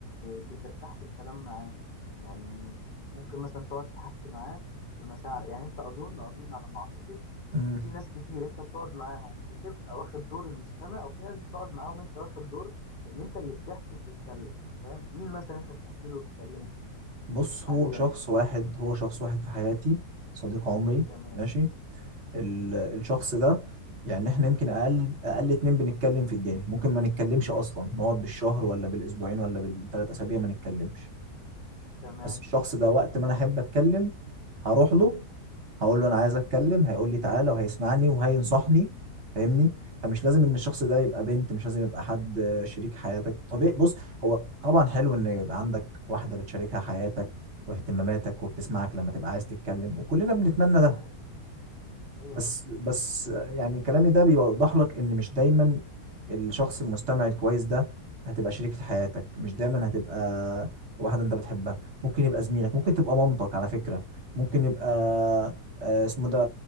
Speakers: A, on the left; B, on the right.
A: بترتاح في الكلام معاه يعني ممكن مثلا تقعد تحكي معاه في مشاعر يعني انت اظن اظن على ما اعتقد
B: مم.
A: في ناس كتير انت بتقعد معاهم بتبقى واخد دور المستمع وفي ناس بتقعد معاهم انت واخد دور اللي انت اللي بتحكي وبتتكلم فاهم مين مثلا انت بتحكي له وتتكلمه
B: بص
A: حاليا
B: هو شخص واحد هو شخص واحد في حياتي صديق عمري
A: تمام
B: ماشي ال- الشخص ده يعني إحنا يمكن أقل أقل اتنين بنتكلم في الدنيا ممكن ما نتكلمش أصلا نقعد بالشهر ولا بالأسبوعين ولا بالتلات أسابيع ما نتكلمش
A: تمام
B: بس الشخص ده وقت ما انا احب اتكلم هروح له هقول له انا عايز اتكلم هيقول لي تعالى وهيسمعني وهينصحني فاهمني فمش لازم ان الشخص ده يبقى بنت مش لازم يبقى حد آه، شريك حياتك طبيعي بص هو طبعا حلو ان يبقى عندك واحدة بتشاركها حياتك واهتماماتك وبتسمعك لما تبقى عايز تتكلم وكلنا بنتمنى ده
A: ايوه ايوه
B: بس
A: طبعا
B: بس يعني كلامي ده بيوضح لك ان مش دايما الشخص المستمع الكويس ده هتبقى شريكة حياتك مش دايما هتبقى واحدة انت بتحبها ممكن يبقى زميلك ممكن تبقى مامتك على فكرة ممكن يبقى آه، اسمه ده